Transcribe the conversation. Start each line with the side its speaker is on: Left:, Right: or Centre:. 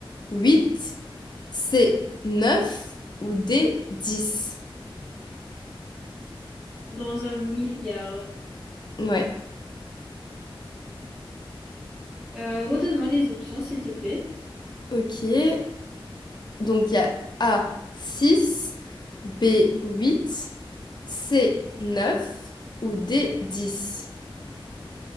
Left: 8, C, 9 ou D, dix.
Centre: dans un milliard.
Left: Ouais,
Centre: Euh, redonne-moi les options, s'il te plaît.
Left: ok. Donc il y a A 6, B 8, C 9 ou D 10.